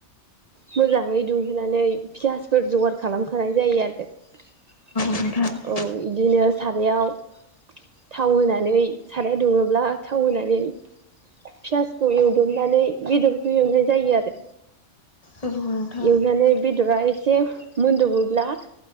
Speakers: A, on the right; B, on the left.
A: मोजाङै दुंहोनानै फियासफोर जगार खालामखानाय जायो आरो। औ
B: नोंथां औ नोंथां औ
A: इदिनो सारायाव थाव होनानै, साराया दुङोब्ला थाव होनानै फियासखौ एवदबनानै बेदरखौ एवनाय जायो आरो।
B: औ नोंथां औ नोंथां
A: एवनानै बेदरा एसे मोनद'बोब्ला